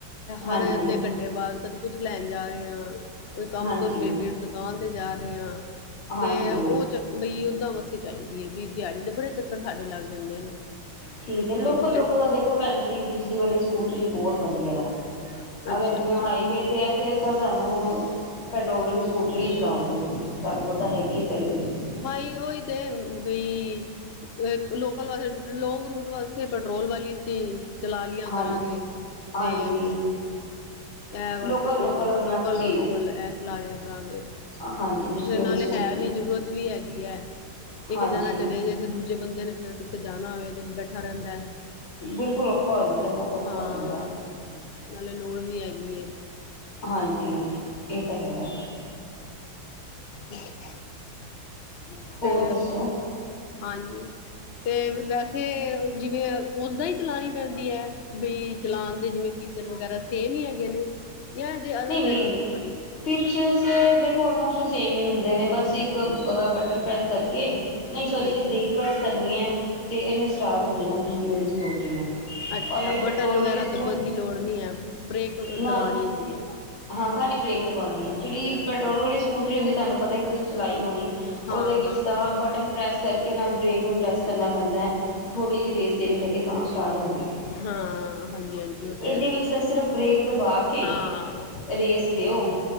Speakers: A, on the left (about 80°); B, on the left (about 55°).
A: ਹਾਂਜੀ
B: ਹਰ ਅੱਧੇ ਘੰਟੇ ਬਾਅਦ ਕਦੇ ਕੁਝ ਲੈਨ ਜਾ ਰਹੇ ਹਾਂ ਕੋਈ ਕੰਮ
A: ਹਾਂਜੀ
B: ਤੋਂ ਰਿਲੇਟਿਡ ਦੁਕਾਨ ਤੇ ਜਾ ਜਾ ਰਹੇ
A: ਹਾਂਜੀ
B: ਤੇ ਉਹ ਚ ਬਈ ਉਦਾਂ ਵਾਸਤੇ ਚਾਹੀਦੀ ਆ ਬਈ ਦਿਹਾੜੀ ਦੇ ਬੜੇ ਚੱਕਰ ਸਾਡੇ ਲੱਗ ਜਾਂਦੇ ਨੇ
A: ਠੀਕ ਏ ਲੋਕਲ
B: ਤੇ
A: ਲੋਕਲ ਤਾਂ ਦੇਖੋ ਭੈਨਜੀ ਬਿਜਲੀ ਵਾਲੀ ਸਕੂਟਰੀ ਬਹੁਤ ਵਧੀਆ
B: ਅੱਛਾ
A: ਅਗਰ ਜੇ
B: ਅੱਛਾ
A: ਹਾਈਵੇ ਤੇ ਏ ਫੇਰ ਤਾਂ ਤੁਹਾਨੂੰ ਪੈਟਰੋਲ ਵਾਲੀ ਸਕੂਟਰੀ ਹੀ ਚਲਾਓਗੇ ਤੁਹਾਡੇ ਕੋਲ ਤਾਂ ਹੈਗੀ ਹ ਪਹਿਲੇ ਦੀ
B: ਬਾਈ ਓਈ ਤੇ ਬਈ ਲੋਕਲ ਵਾਲੇ ਲੋਂਗ ਰੂਟ ਵਾਸਤੇ ਪੈਟਰੋਲ ਵਾਲੀ ਸੀ ਚਲਾ ਲਿਆ
A: ਹਾਂ
B: ਕਰਾਂਗੇ
A: ਹਾਂਜੀ
B: ਤੇ ਇਹ ਵਾਸਤੇ
A: ਲੋਕਲ ਲੋਕਲ ਆਪਣਾ
B: ਲੋਕਲ
A: ਤੁਸੀਂ
B: ਲੋਕਲ ਇਹ ਚਲਾ ਲਿਆ ਕਰਾਂਗੇ
A: ਹਾਂਜੀ ਬਿਜਲੀ
B: ਤੇ
A: ਵਾਲੀ
B: ਨਾਲੇ
A: ਸਕੂਟਰੀ
B: ਹੈ ਵੀ ਜ਼ਰੁਰਤ ਵੀ ਹੈ ਕੀ ਹੈ ਇੱਕ
A: ਹਾਂਜੀ
B: ਜਾਣਾ ਚਲੇ ਗਏ ਦੂਜੇ ਬੰਦੇ ਨੇ ਫਿਰ ਕਿੱਥੇ ਜਾਣਾ ਹੋਵੇ ਤੇ ਬੈਠਾ ਰਹਿੰਦਾ
A: ਬਿਲਕੁਲ ਔਖਾ ਹੋ ਜਾਂਦਾ ਬਹੁਤ ਔਖਾ
B: ਹਾਂ
A: ਹੋ ਜਾਂਦਾ।
B: ਨਾਲੇ ਲੋੜ ਵੀ ਹੈਗੀ ਏ।
A: ਹਾਂਜੀ ਇਹ ਤਾਂ ਹੈਗਾ।
B: ਹ <inaudible>
A: ਹੋਰ
B: ਤੇ,
A: ਦੱਸੋ
B: ਹਾਂਜੀ ਤੇ ਵੈਸੇ ਜਿਵੇਂ ਉਦਾ ਈ ਚਲਾਣੀ ਪੈਂਦੀ ਹੈ, ਬੀ ਚਲਾਉਣ ਦੇ ਜਿਵੇਂ ਫੀਚਰ ਵਗੈਰਾ ਸੇਮ ਹੀ ਹੈਗੇ ਨੇ। ਜਾਂ ਇਹਦੇ ਅਲੱਗ
A: ਨਹੀਂ ਨਹੀਂ
B: ਹੈਗੇ ਥੋੜੀ
A: ਫੀਚਰਸ ਦੇਖੋ ਆਲ ਮੋਸਟ ਸੇਮ ਈ ਹੁੰਦੇ ਨੇ ਬਸ ਇੱਕ ਇੱਕ ਬਟਨ ਪ੍ਰੈਸ ਕਰਕੇ, ਨਹੀਂ ਸੋਰੀ ਇਹਦੀ
B: ਅੱਛਾ
A: ਬ੍ਰੇਕ ਪ੍ਰੈਸ ਕਰਨੀ ਏ ਤੇ ਇਹਨੇ ਸਟਾਰਟ ਹੋ ਜਾਣਾ। ਬਿਜਲੀ ਵਾਲੀ ਸਕੂਟੀ ਨੇ।
B: ਅੱਛਾ
A: ਔਰ ਜਿਹੜੀ
B: ਬਟਨ
A: ਪੈਟਰੋਲ
B: ਵਗੈਰਾ
A: ਵਾਲੀ ਸਕੂ
B: ਦੱਬਣ ਦੀ ਲੋੜ ਨਹੀਂ ਏ, ਬ੍ਰੇਕ
A: ਨਾ
B: ਦਬਾਉਣੀ ਹੁੰਦੀ ਏ।
A: ਹਾਂ ਖਾਲੀ ਬ੍ਰੇਕ ਦਬਾਣੀ ਹੈ, ਜਿਹੜੀ
B: ਅੱਛਾ
A: ਪੈਟਰੋਲ ਵਾਲੀ ਸਕੂਟਰੀ ਹੁੰਦੀ ਤੁਹਾਨੂੰ ਪਤਾ ਈ ਚਲਾਈ ਹੋਨੀ
B: ਹਾਂ
A: ਉਹਦੇ ਵਿੱਚ
B: ਹਾਂ
A: ਤਾਂ ਬਟਨ ਪ੍ਰੈਸ ਕਰਕੇ ਨਾਲ ਬ੍ਰੇਕ ਨੂੰ ਪ੍ਰੈੱਸ ਕਰਨਾ ਪੈਂਦਾ ਥੋੜ੍ਹੀ ਜਿਹੀ ਰੇਸ ਦੇਣੀ ਪੈਂਦੀ ਤਾਂ ਸਟਾਰਟ ਹੁੰਦੀ ਹੈ,
B: ਹਾਂ ਹਾਂਜੀ ਹਾਂਜੀ ਉਹ
A: ਇਹਦੇ
B: ਤੇ ਹੈ
A: ਵਿੱਚ ਤਾਂ ਸਿਰਫ ਬ੍ਰੇਕ ਦਬਾ ਕੇ
B: ਹਾਂ
A: ਰੇਸ ਦਿਓ,